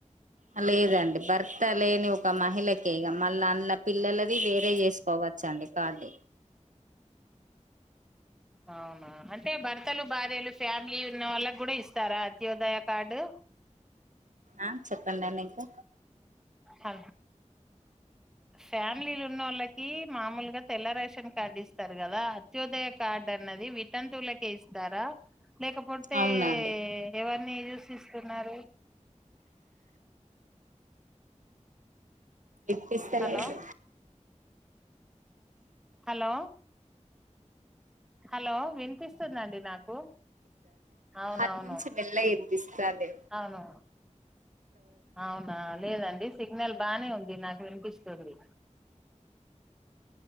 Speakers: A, on the right; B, in the centre.
A: ఆ లేదండి భర్త లేని ఒక మహిళ ఇగ మళ్ళ అంద్ పిల్లలది వేరే చేసుకోవచ్చ అండి కార్డ్
B: అవునా అంటే భర్తలు భార్యలు ఫ్యామిలీ ఉన్న వాళ్ళకి కూడా ఇస్తారా అత్యోదయ కార్డు
A: ఆ చెప్పండిండి ఇంకా
B: ఆ ఫ్యామిలీలు ఉన్నోళ్లకి మామూలుగా తెల్లరైస్ షన్ కార్డు ఇస్తారు కదా అత్యోదయ కార్డు అన్నది వితంతువుల కె ఇస్తారా లేకపోతే
A: అవునా అండి
B: ఎవరిని చూసిస్తున్నారు
A: వినిపిస్తే
B: హలో
A: లేదు
B: హలో హలో వినిపిస్తుందిండి నాకు అవునవును
A: అటు నుంచి మెల్లగా వినిపిస్తాంది
B: అవును అవునా లేదండి సిగ్నల్ బానే ఉంది నాకు వినిపిస్తుంది